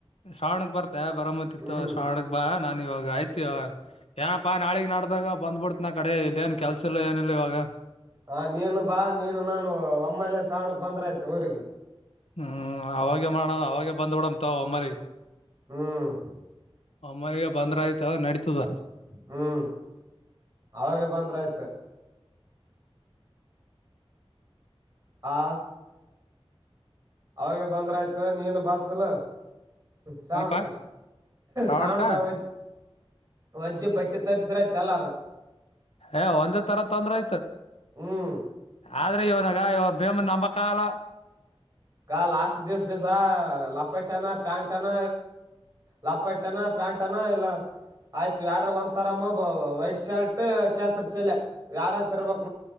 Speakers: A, on the left (about 85°); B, on the right (about 35°).
A: ಶ್ರಾವಣಕ್ ಬರ್ತ ಬರಾಮಂತಿತ್ತು
B: ಹ್ಮ್
A: ಶ್ರಾವಣಕ್ ಬಾ ನ ಇವಾಗ ಆಯ್ತು ಇವಾಗ ಏನಪ್ಪಾ ನಾಳಗ್ ನಾಡ್ದಾಗ ಬಂದ್ಬಿಡ್ತ ನ ಕಡೆ ಇಲ್ಲ ಏನ್ ಕೆಲ್ಸ ಇಲ್ಲ ಏನಿಲ್ಲ ಇವಾಗ
B: ಹ ನೀನು ಬಾ ನೀನು ನಾನು ಒಮ್ಮಲ್ಲ ಸಾವಣಕ್ ಬಂದ್ರ ಆಯ್ತ ಊರಿಗೆ
A: ಹ್ಞೂ ಆವಾಗೇ ಮಾಡಣ ಅವವಾಗೆ ಬಂದು್ಬಿಡಮ ತ ಒಮ್ಮರಿಗೆ
B: ಹ್ಮ್
A: ಅಮ್ಮನಗ ಬಂದ್ರ ಆಯ್ತ ನಡೀತದ
B: ಹ್ಮ್ ಅವಾಗ ಬಂದ್ರ ಆಯ್ತು ಹಾ ಅವಾಗ ಬಂದ್ರ ಆಯ್ತ ನೀನು ಬರ್ತಲ್ಲ ಶಾವಣಕ
A: ಏನಪಾ ಶ್ರಾವಣಕ
B: ಶಾವಣಕ ವ ವಜ್ಜಿ ಬಟ್ಟೆ ತರ್ರಿಸ್ರಯ್ತ್ ಎಲ್ಲಾರ
A: ಏ ಒಂದೇ ತರ ತೊಂದ್ರ ಆಯ್ತು
B: ಹ್ಮ್
A: ಆದ್ರೆ ಇವನಾಗ ಇ ಭೇಮ ನಮ್ಮ ಕಾಲ
B: ಆ ಲಾಸ್ಟ್ ದಿವ್ಸ ದಿವ್ಸ ಲಪಟನ ಪ್ಯಾಂಟ್ನ ಲ ಪಟ್ ಅನಾ ಪ್ಯಾಂಟ್ ಅನಾ ಎಲ್ಲ ಆಯ್ತು ಎ್ಯಾಡ್ರ ಒಂದ ತರ ವೈಟ್ ಶರ್ಟ್ ಕೇಸರಿ ಚೆಲೆ ಎ್ಯಾಡಂತ ಇರ್ಬೇಕ